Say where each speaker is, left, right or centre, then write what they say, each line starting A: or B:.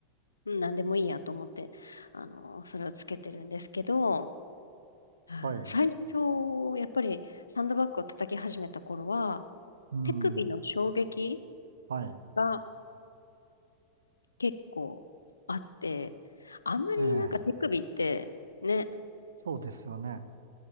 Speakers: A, on the left; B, on the right.
A: うん、何でもいいやと思って、あの、それをつけてるんですけど、あー最初、
B: はい。
A: やっぱりサンドバッグを叩き始めた頃は、
B: うん。
A: 手首の衝撃
B: はい。
A: が結構あって、あんまりなんか手首って、
B: ええ。
A: ね、
B: そうですよね。